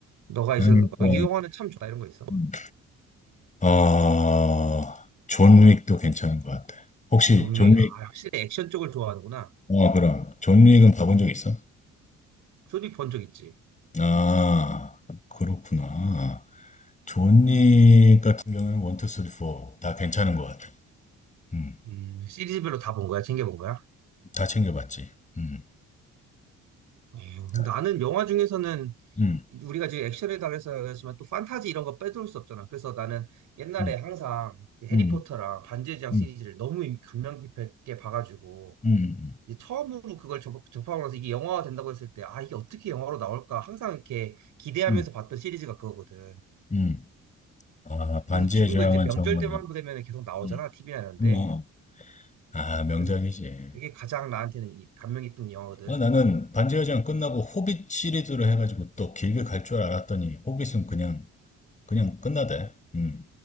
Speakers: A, on the right (about 75°); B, on the left (about 25°).
A: 너가
B: 그러니까,
A: 있어, 어, 이 영화는 참 좋다 이런 거 있어.
B: 음. 어, 존 윅도 괜찮은 것 같아. 혹시
A: 존
B: 존
A: 윅.
B: 윅,
A: 아, 확실히 액션 쪽을 좋아하는구나.
B: 어, 그럼. 존 윅은 봐본 적 있어?
A: 존윅 본적 있지?
B: 아, 그렇구나. 존윅 같은 경우에는 원, 투, 쓰리, 포 다 괜찮은 것 같아. 음,
A: 음, 시리즈별로 다 본 거야? 챙겨본 거야?
B: 다 챙겨봤지. 음,
A: 어,
B: 다.
A: 나는 영화 중에서는
B: 음,
A: 우리가 지금 액션에 달해서 얘기하지만 또 판타지 이런 거 빼놓을 수 없잖아. 그래서 나는 옛날에
B: 음,
A: 항상 그 해리포터랑
B: 음,
A: 반지의 제왕
B: 음,
A: 시리즈를 너무 감명 깊게 봐가지고
B: 음,
A: 이제 처음으로 그걸 접, 접하고 나서 이게 영화가 된다고 했을 때 아, 이게 어떻게 영화로 나올까 항상 이렇게 기대하면서
B: 음, 음.
A: 봤던 시리즈가 그거거든.
B: 음. 아, 반지의
A: 그래서 지금도
B: 제왕은
A: 이제 명절
B: 정말,
A: 때만 되면 계속 나오잖아.
B: 음,
A: TV나 이런데.
B: 음. 아, 명작이지.
A: 그래서 그게 가장 나한테는 이- 감명 깊은 영화거든.
B: 아, 나는 반지의 제왕 끝나고 호빗 시리즈를 해가지고 또 길게 갈 줄 알았더니 호빗은 그냥 그냥 끝나대. 음,